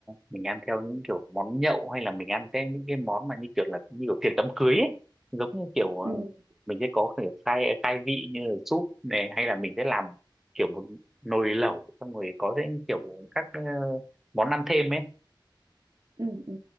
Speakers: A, in the centre; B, on the right.
A: mình ăn theo những kiểu món nhậu hay là mình ăn theo những cái món mà như kiểu là như kiểu tiệc đám cưới ấy giống như kiểu ờ,
B: ừ
A: mình sẽ có kiểu khai khai vị như là súp này hay là mình sẽ làm kiểu một nồi lẩu xong rồi có những kiểu các ờ, món ăn thêm ấy
B: Ừ, ừ.